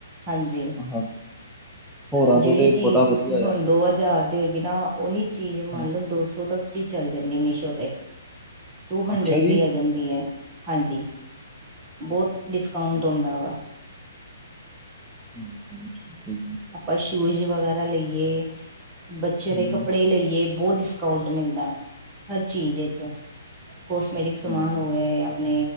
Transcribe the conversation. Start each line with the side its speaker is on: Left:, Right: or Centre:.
Right: ਹਾਂਜੀ
Centre: ਹਾਂ ਹੋਰਾਂ
Right: ਜਿਹੜੀ
Centre: ਤੋਂ ਤੇ
Right: ਚੀਜ਼
Centre: ਬੜਾ
Right: ਤੁਸੀਂ
Centre: ਵਧੀਆ
Right: ਹੁਣ
Centre: ਆ
Right: ਦੋ ਹਜ਼ਾਰ ਤੇ ਹੋਏਗੀ ਨਾ ਉਹੀ ਚੀਜ਼ ਮੰਨ
Centre: ਹਾਂ,
Right: ਲਓ ਦੋ ਸੌ ਤੱਕ ਦੀ ਚੱਲ ਜਾਂਦੀ ਮੀਸ਼ੋ ਤੇ, ਟੂ ਹੰਡਰਡ
Centre: ਅੱਛਾ ਜੀ
Right: ਦੀ ਆ ਜਾਂਦੀ ਹੈ ਹਾਂਜੀ ਬਹੁਤ ਡਿਸਕਾਊਂਟ
Centre: ਠੀਕ
Right: ਹੁੰਦਾ ਵਾ
Centre: ਹੂੰ
Right: ਆਪਾਂ ਸ਼ੂਜ ਵਗੈਰਾ ਲਈਏ ਬੱਚਿਆਂ
Centre: ਹਾਂਜੀ
Right: ਦੇ ਕੱਪੜੇ ਲਈਏ ਬਹੁਤ ਡਿਸਕਾਊਂਟ ਮਿਲਦਾ ਹੈ ਹਰ ਚੀਜ਼ ਵਿੱਚ ਕੋਸਮੈਟਿਕ ਸਮਾਨ
Centre: ਠੀਕ
Right: ਹੋ
Centre: ਹੈ
Right: ਗਏ ਆਪਣੇ